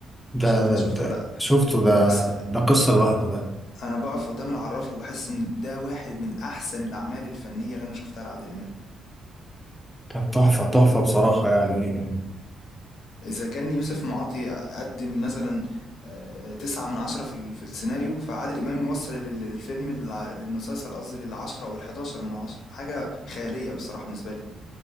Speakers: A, in the centre; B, on the left.
A: ده,
B: مش عارف انت
A: ده,
B: شفته
A: ده
B: ولا لأ
A: شفته ده
B: بس
A: ده قصة لوحده ده
B: انا بقف قدام العراف وبحس ان ده واحد من احسن الاعمال الفنية اللي انا شفتها لعادل امام
A: كان تحفة تحفة بصراحة يعني
B: اذا كان يوسف معاطي قدم مثلا آه، تسعة من عشرة في ال- في السيناريو فعادل إمام يوصل لل- للفيلم للع- للمسلسل قصدي للعشرة أو الحداشر من عشرة حاجة خيالية بصراحة بالنسبة لي